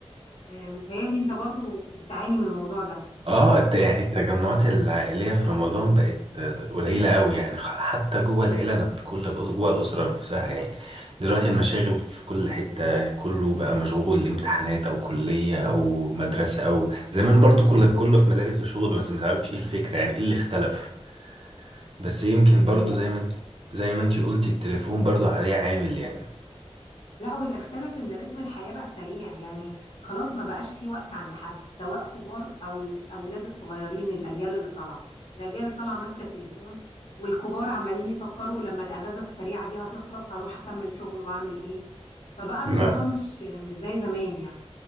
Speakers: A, on the left; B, on the right.
A: فمتهيألي انت برضو بتعاني من الموضوع ده
B: اه الت- يعني التجمعات العائلية في رمضان بقت قليلة قوي يعني خ- حتى جوه العيلة نف- كل الأ- جوه الأسرة نفسها يعني دلوقتي المشاغل في كل حتة كله بقى مشغول امتحانات أو كلية أو مدرسة أو زمان برضو كل كله في مدارس وشغل بس متعرفش ايه الفكرة يعني ايه اللي اختلف بس يمكن برضو
A: آه،
B: زي ما انت زي ما انت قلتي التليفون برضو عليه عامل يعني
A: لا واللي اختلف ان رتم الحياة بقى سريع يعني خلاص ما بقاش في وقت عند حد سواء كبار او الاولاد الصغيرين الاجيال اللي طالعة الاجيال اللي طالعة ماسكة التليفون والكبار عمالين يفكروا لما الاجازة السريعة دي هتخلص هروح اكمل شغل واعمل ايه فبقى الموضوع
B: نعم
A: مش مش زي زمان يعني